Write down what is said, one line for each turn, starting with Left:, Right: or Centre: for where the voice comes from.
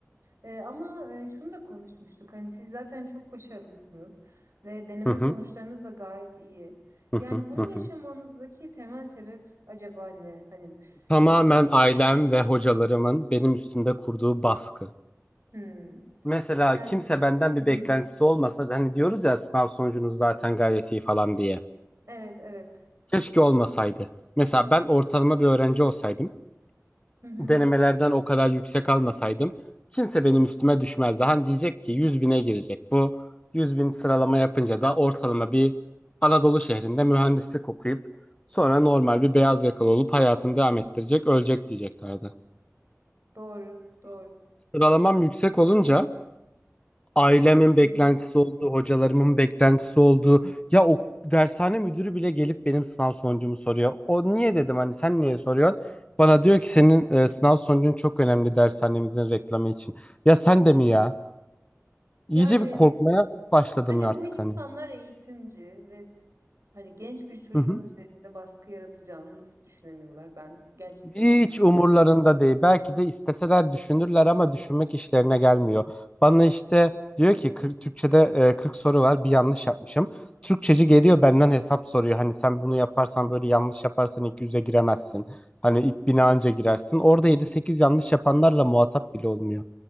Right: E, ama e, şunu da konuşmuştuk. Hani siz zaten çok başarılısınız ve deneme
Left: Hı hı.
Right: sonuçlarınız da gayet iyi.
Left: Hı
Right: Yani
Left: hı.
Right: bunu
Left: Hı
Right: yaşamanızdaki
Left: hı.
Right: temel sebep acaba ne? Hani
Left: Tamamen
Right: e,
Left: ailem ve hocalarımın benim üstümde kurduğu baskı.
Right: hmm.
Left: Mesela
Right: Yani
Left: kimse benden
Right: <clears throat>
Left: bir beklentisi olmasa da hani diyoruz ya sınav sonucunuz zaten gayet iyi falan diye.
Right: evet, evet.
Left: Keşke olmasaydı. Mesela ben ortalama bir öğrenci olsaydım.
Right: Hı hı.
Left: denemelerden o kadar yüksek almasaydım kimse benim üstüme düşmezdi. Hani diyecek ki yüz bine girecek. Bu yüz bin sıralama yapınca da ortalama bir Anadolu şehrinde mühendislik okuyup sonra normal bir beyaz yakalı olup hayatını devam ettirecek, ölecek diyeceklerdi.
Right: Doğru, doğru.
Left: Sıralamam yüksek olunca ailemin
Right: <clears throat>
Left: beklentisi oldu, hocalarımın beklentisi oldu. Ya o dershane müdürü bile gelip benim sınav sonucumu soruyor. O niye dedim hani sen niye soruyorsun? Bana diyor ki senin e, sınav sonucun çok önemli dershanemizin reklamı için. Ya sen de mi ya? İyice
Right: Yani
Left: bir korkmaya başladım
Right: Hani
Left: artık
Right: bu insanlar
Left: hani.
Right: eğitimci ve hani genç bir çocuğun
Left: <laughs>
Right: üzerinde baskı yaratacağını nasıl düşünemiyorlar? Ben gerçekten
Left: Hiç
Right: anlamıyorum.
Left: umurlarında değil. Belki de isteseler düşünürler ama düşünmek işlerine gelmiyor. Bana işte diyor ki 40, Türkçe'de e, 40 soru var bir yanlış yapmışım. Türkçeci geliyor benden hesap soruyor. Hani sen bunu yaparsan böyle yanlış yaparsan ilk yüze giremezsin. Hani ilk bine anca girersin. Orada yedi sekiz yanlış yapanlarla muhatap bile olmuyor.